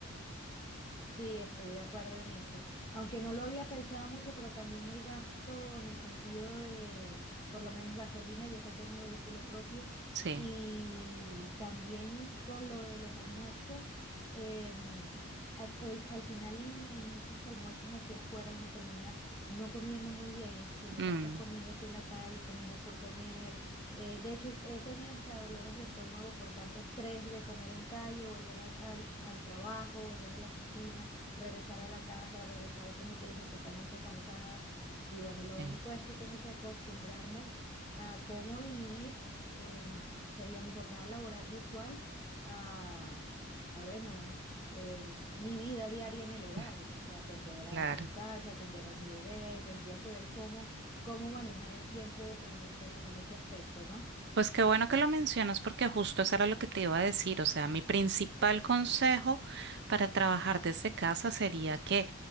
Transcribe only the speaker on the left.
Sí, estoy de acuerdo en eso. Aunque no lo había pensado mucho, pero también el gasto en el sentido de, por lo menos gasolina, yo que tengo vehículo propio,
y también con lo de los almuerzos, em, al, al- al final en, en esos almuerzos hacia afuera uno termina no comiendo muy bien, sino
que estás comiendo así en la calle, comiendo por comer, eh, de hecho, he tenido hasta dolores de estómago por tanto estrés de comer en calle, volver a- al, al trabajo, volver a la oficina, regresar a la casa, regresar, como te dije, totalmente cansada. Y bueno, lo
único es que tengo que acostumbrarme a cómo dividir, em, sería mi jornada laboral virtual a, a bueno, em, mi vida diaria en el hogar,
o sea, atender a,
a mi casa, atender a mi bebé, tendría que ver cómo cómo manejar el tiempo en ese, en ese aspecto, ¿no?